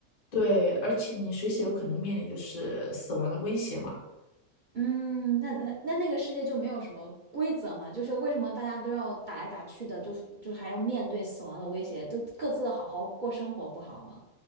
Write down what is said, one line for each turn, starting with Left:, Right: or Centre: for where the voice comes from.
Left: 对，而且你随时有可能面临就是死亡的威胁嘛。
Right: 嗯，那那那那个世界就没有什么规则嘛？就是为什么大家都要打来打去的，就是就还要面对死亡的威胁，都各自好好过生活不好吗？